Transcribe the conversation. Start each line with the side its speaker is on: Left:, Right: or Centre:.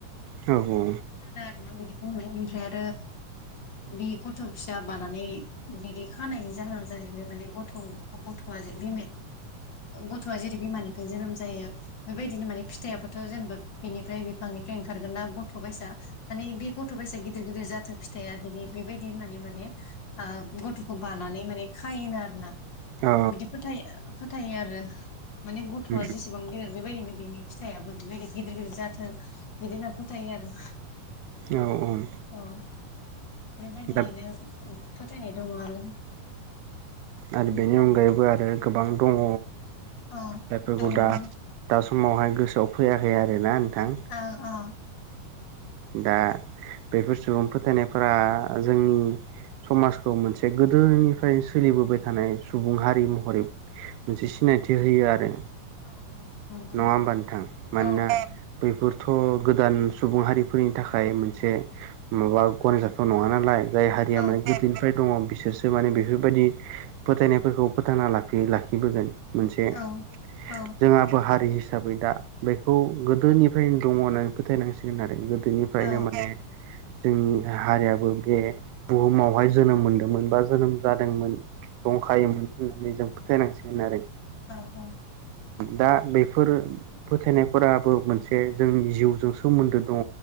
Right: औ औ
Left: आं खोनादों आरो ना बिदि बुंनाय ओमफ्राय आरो बे गथ' फिसा बानानै बिदि खानायनि जाहोना जाहैबाय माने गथ' गथ'आ बि गथ'आ जेरै बिमानिफाय जोनोम जायो बेबायदिनो माने फिथाइयाबोथ' जेनेबा बेनिफ्राय बिफांनिफ्राय ओंखारगोन ना गथ' बाइसा माने बे गथ' बाइसा गिदिर गिदिर जाथो फिथाइया बिनि बेबायदि होननानै माने गथ'खौ बानानै माने खायोनो आरो ना
Right: औ
Left: बिदि फोथाय फोथायो आरो माने गथ'आ
Right: उम
Left: जेसेबां गेदेर बेबायदिनो बेनि फिथाइयाबो बेबायदि गिदिर गिदिर जाथों बिदि होनना फोथायो आरो
Right: औ औ
Left: औ बेबायदियैनो
Right: दा
Left: फोथायनाय दङ आरो
Right: आरो
Left: उम
Right: बेनि अनगायैबो आरो गोबां दङ
Left: औ
Right: बेफोरखौ
Left: दङ
Right: दा
Left: दं
Right: दा समावहाय गोसोआव फैयाखै आरोना नोंथां
Left: अ अ
Right: दा बेफोर सुबुं फोथायनायफोरा जोंनि समाजखौ मोनसे गोदोनिफ्रायनो सोलिबोबाय थानाय सुबुं हारि महरै मोनसे सिनायथि होयो आरो
Left: औ औ नंगौ
Right: नङा होमबा नोंथां मानोना
Left: औ
Right: बैफोरथ' गोदान सुबुं हारिफोरनि थाखाय मोनसे माबा गनायजाथाव नङा नालाय जाय हारिया
Left: औ
Right: माने गोदोनिफ्राय दङ बिसोरसो माने बेफोरबायदि फोथायनायफोरखौ फोथांना लाखियो लाखिबोगोन मोनसे
Left: औ
Right: जोंहा
Left: औ
Right: ब हा बै हिसाबै दा बेखौ गोदोनिफ्रायनो दङ होननानै फोथायनांसिगोन आरो गोदोनिफ्रायनो
Left: औ
Right: माने जोंनि हारियाबो बे बुहुमावहाय जोनोम मोनदोंमोन बा जोनोम जादोंमोन दंखायोमोन होननानै जों फोथायनांसिगोन आरो
Left: औ औ
Right: दा बे बेफोर फोथायनायफोराबो मोनसे जोंनि जिउजों सोमोनदो दङ